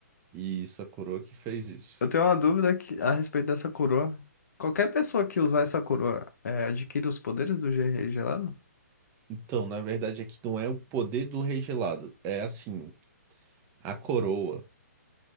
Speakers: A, on the right; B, on the left.
A: E isso, a coroa que fez isso.
B: Eu tenho uma dúvida que- a respeito dessa coroa. Qualquer pessoa que usar essa coroa é, adquire os poderes do Rei Rei Gelado?
A: Então, na verdade, aqui não é o poder do rei gelado. É assim, a coroa